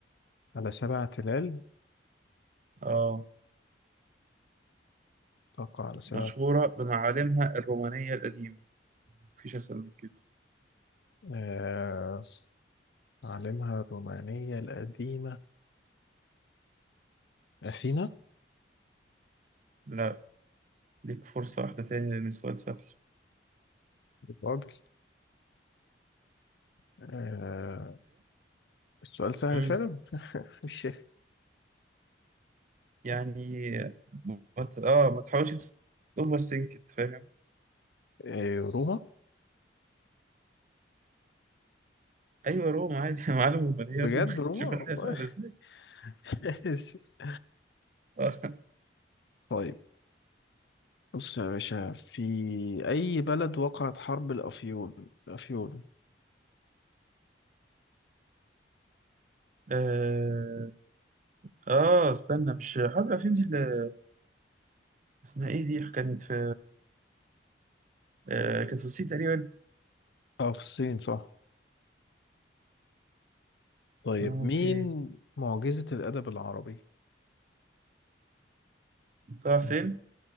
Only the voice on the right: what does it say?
اه
مشهورة بمعالمها الرومانية القديمة مفيش أسهل من كده
لا ليك فرصة واحدة تاني لأن السؤال سهل
ايه؟
يعني ما ت- اه ما تحاولش اوفر سينكت فاهم
ايوه روما عادي <laughs> يا معلم امال هي
روما
<laughs> تشوف الحياه
سهله ازاي
اه
اه آه، استنى مش حرب الافلام دي اللي اسمها ايه دي كانت في آه كانت في الصين تقريبا
آه، اوكي
طه حسين